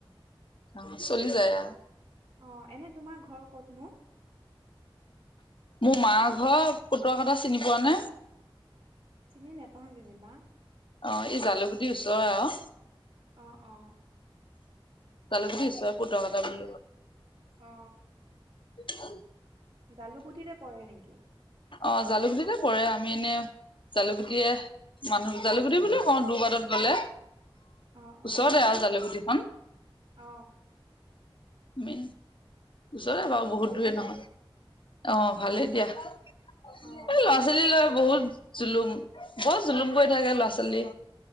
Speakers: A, on the left (about 65°); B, on the right (about 80°).
A: অ চলি যায়া
B: অ এনে তোমাৰ ঘৰ ক'তনো
A: মোৰ মা ঘৰ ফুতুৱ কটা চিনি পোৱা নে
B: চিনি নোপাওঁ যেনিবা
A: অ এই জালুকুিৰ ওচৰ আৰু
B: অ অ
A: জালুক দিছো পো কটা বুলি কল
B: অ
A: অ
B: জালু গুটিৰে পৰে নেকি
A: অ জালুকতে পৰে আমি এনে জালুকুটিয়ে মানুহ জালুকুটি বুলি কওঁ দুৰবাটত গলে
B: অ অ
A: ওচৰতে আৰু জালুকুটিখনমি
B: অ
A: ওচৰে
B: বাকী
A: বাৰু বহুত
B: ভালে
A: দূৰে নহয়
B: ন
A: অ ভালেই দিয়া এই
B: অ
A: লৰা ল'ৰা ছোৱালী লৈ বহুত জুলুম বহত জুলুম কৰি থাকে ল'ৰা ছোৱালী